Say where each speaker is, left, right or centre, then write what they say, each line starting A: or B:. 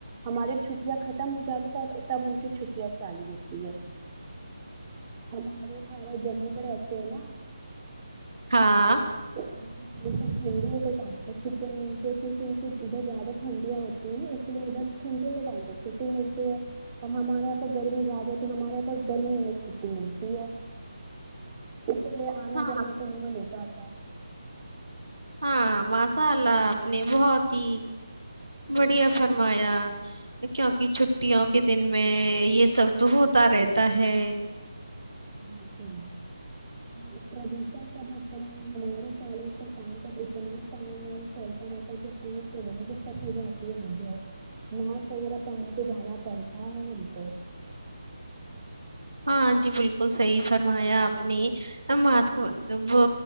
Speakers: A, on the right; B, on the right.
A: ہماری چھٹیاں ختم ہو جاتی تھ تب ان کی چھٹیاں چالو ہوتی ہے ہمارے سارے جموں میں رہتے ہیں نا
B: ہاں
A: تو ٹھنڈیوں کا ٹائم تھا چھے م کیک ادھر زیادہ ٹھنڈیاں ہوتی ہیں نا اس لیے ادھر کے ٹائم پہ چھٹی ملتی ہے اور ہمارے یہاں پ گرمی زیادہ ہوتی ہے ہمارے یہاں پ گرمیوں میں چھٹی ملتی ہے اس لیے آنا
B: ہاں
A: جانا تو ہو نہیں پاتا س
B: ہاں ماساء اللہ آپ نے بہت ہی بڑھیا فرمایا کیونکہ چھٹیوں کے دن میں یہ سب تو ہوتا رہتا ہے
A: بالکل اوردشن کا ب ہے ہمارے کالج کا م پر اتنا کام وم چلتا رہتا م سے نہیں دقت ہو جاتی ہے مجھے ماسک وغیرہ پہن کے جانا پڑتا ہے ہم کو
B: ہاں جی بالکل صحیح فرمایا آپ نے ماسک وہ